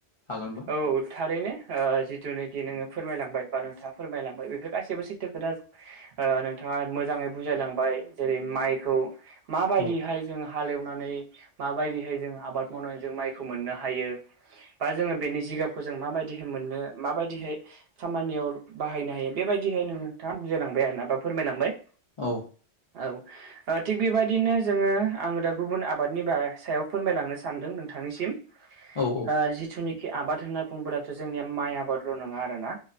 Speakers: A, on the left; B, on the right.
A: हागोन
B: औ थारैनो ओ जिथुनाखि नोङो फोरमायलांबाय बा नोंथाङा फोरमायलांबाय बेखौ गासैबो सैथो खोथा ओ नोंथाङा मोजाङै बुजायलांबाय जेरै माइखौ माबायदिहाय
A: औ
B: जोंङो हालेवनानै माबायदिहाय जोंङ आबाद मावनानै जों माइखौ मोननो हायो बा जोङो बेनि जिगाबखौ जों माबायदिहै मोननो माबायदिहै खामानियाव बाहायनो हायो बेबायदिहाय नो नोंथाङा बुजायलांबाय आरो ना बा फोरमायलांबाय
A: औ
B: औ ओ थिग बेबायदिनो जोङो आङो दा गुबुन आबादनि सायाव फोरमायलांनो सानदों नोंथांनिसिम <inaudible>
A: औ औ
B: ओ जिथुनिखि आबाद होनना बुंबालाथ' जोंनिया माइ आबादल' नङा आरो ना